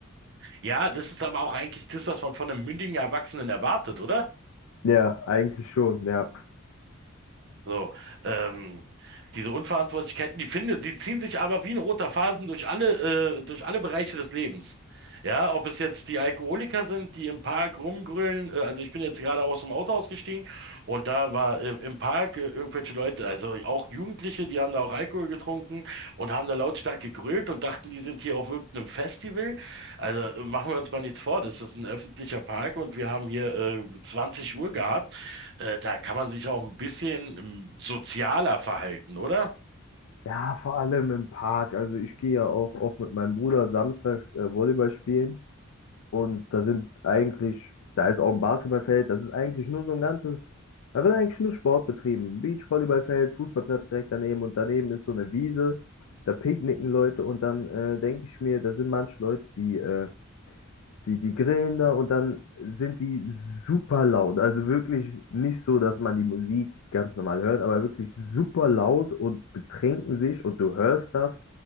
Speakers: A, on the right; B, on the left.
A: Ja, das ist aber auch eigentlich das, was man von einem mündigen Erwachsenen erwartet, oder?
B: Ja, eigentlich schon, ja.
A: So, ähm, diese Unverantwortlichkeiten, die finde, die ziehen sich aber wie ein roter Faden durch alle, äh, durch alle Bereiche des Lebens. Ja, ob es jetzt die Alkoholiker sind, die im Park rumgrölen, äh, also ich bin jetzt gerade aus dem Auto ausgestiegen und da war äh, im Park äh, irgendwelche Leute, also auch Jugendliche, die haben da auch Alkohol getrunken und haben da lautstark gegrölt und dachten, die sind hier auf irgendeinem Festival. Also äh, machen wir uns mal nichts vor, das ist ein öffentlicher Park und wir haben hier äh, 20 Uhr gehabt. Äh, da kann man sich auch ein bisschen ähm, sozialer verhalten, oder?
B: Ja, vor allem im Park. Also ich gehe ja auch oft mit meinem Bruder samstags äh, Volleyball spielen. Und da sind eigentlich, da ist auch ein Basketballfeld, das ist eigentlich nur so ein ganzes, da wird eigentlich nur Sport betrieben. Beachvolleyballfeld, Fußballplatz direkt daneben und daneben ist so eine Wiese, da picknicken Leute und dann äh, denke ich mir, da sind manche Leute, die äh, Die, die grillen da und dann sind die super laut. Also wirklich nicht so, dass man die Musik ganz normal hört, aber wirklich super laut und betrinken sich und du hörst das